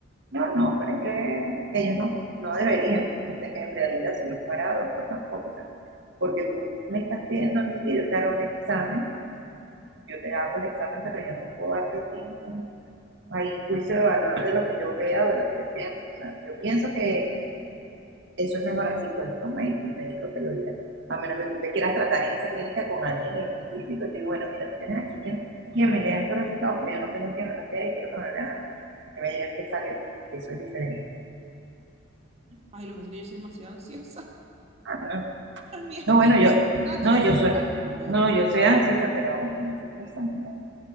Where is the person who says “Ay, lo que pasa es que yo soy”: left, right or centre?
Right